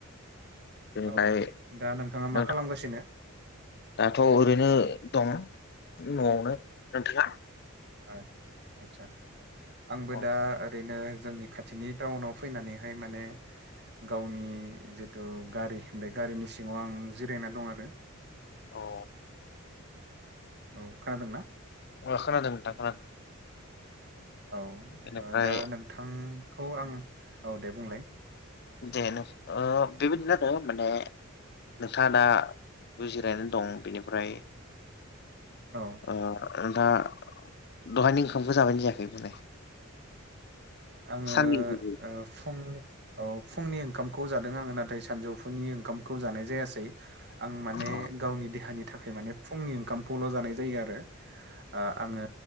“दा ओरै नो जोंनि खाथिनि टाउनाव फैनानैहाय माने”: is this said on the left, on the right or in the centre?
Right